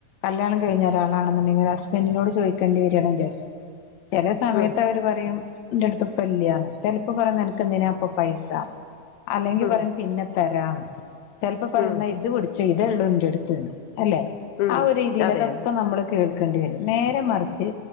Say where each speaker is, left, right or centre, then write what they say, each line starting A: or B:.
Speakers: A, on the left (about 60°); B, on the left (about 80°).
A: കല്യാണം കഴിഞ്ഞ ഒരാളാണുന്നുണ്ടെങ്കിൽ ഒരു ഹസ്ബൻ്റിനോട് ചോയിക്കേണ്ടി വരാണ് വിചാരിച്ച് ചെല സമയത്ത്
B: ഉം
A: അവര് പറയും ഇന്റെടുത്ത്പ്പ്ല്ല്യാന്ന്, ചെലപ്പോ പറയു നെനക്കെന്തിനാപ്പോ പൈസ, അല്ലെങ്കി
B: ഉം
A: പറയും പിന്നെ തരാന്ന് ചെലപ്പോ പറയും
B: ഉം
A: ന്നാ ഇത് പിടിച്ചോ ഇതൊള്ളൂ ഇൻ്റടുത്ത്ന്ന്. അല്ലെ?
B: ഉം
A: ആ ഒരു രീതിൽ
B: അതെ
A: അതൊക്കെ
B: അതെ
A: നമ്മള് കേൾക്കേണ്ടി വരും നേരെ മറിച്ച്